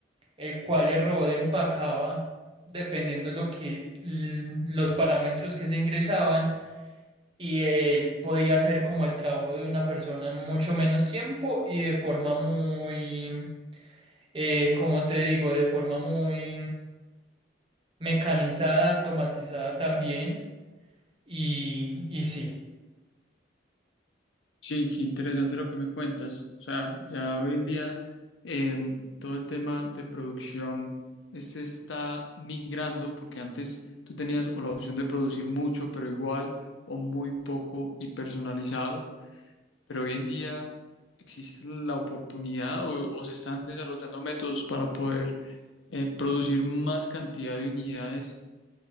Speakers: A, on the right; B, on the left.
A: el cual el robot empacaba dependiendo lo que l- los parámetros que se ingresaban y él podía hacer como el trabajo de una persona en mucho menos tiempo y de forma muy, eh, como te digo, de forma muy mecanizada, automatizada también. Y, y sí,
B: Sí, qué interesante lo que me cuentas. O sea, ya hoy en día em, todo el tema de producción eh, se está migrando porque antes tú tenías o la opción de producir mucho pero igual o muy poco y personalizado, pero hoy en día existe la oportunidad o, o se están desarrollando métodos para poder eh, producir más cantidad de unidades